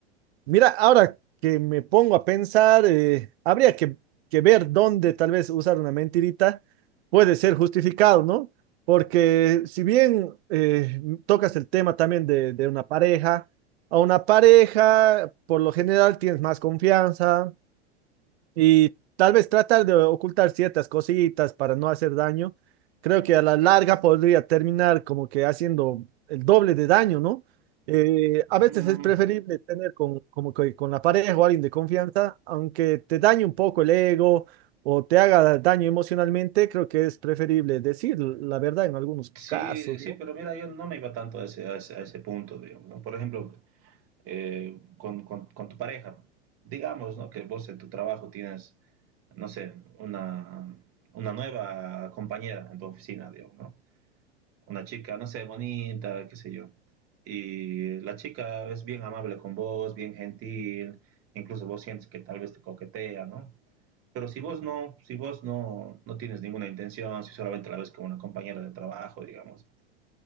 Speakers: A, on the right (about 65°); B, on the right (about 40°).
A: Mira, ahora que me pongo a pensar, eh, habría que, que ver dónde tal vez usar una mentirita puede ser justificado, ¿no? Porque si bien eh, tocas el tema también de, de una pareja, a una pareja por lo general tienes más confianza, y tal vez tratar de ocultar ciertas cositas para no hacer daño, creo que a la larga podría terminar como que haciendo el doble de daño, ¿no? Eh, a
B: Mm,
A: veces es preferible tener con, como que con la pareja o alguien de confianza, aunque te dañe un poco el ego o te haga daño emocionalmente, creo que es preferible decir la verdad en algunos
B: sí,
A: casos,
B: sí,
A: ¿no?
B: pero mira, yo no me iba tanto a ese, a ese, a ese punto, digamos, ¿no? Por ejemplo, eh, con, con, con, tu pareja. Digamos, ¿no? Que vos en tu trabajo tienes, no sé, una, una nueva compañera en tu oficina, digamos, ¿no? Una chica, no sé, bonita, qué sé yo. Y la chica es bien amable con vos, bien gentil, incluso vos sientes que tal vez te coquetea, ¿no? Pero si vos no, si vos no, no tienes ninguna intención, si solamente la ves como una compañera de trabajo, digamos,